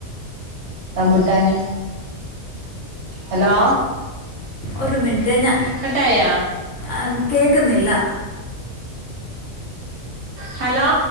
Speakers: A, on the right; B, on the left.
A: ബുട്ടാന് ഹലോ
B: ഒരു മിനിറ്റ് ഞാ
A: കട്ടായ
B: ആഹ് കേൾക്കുന്നില്ല.
A: ഹലോ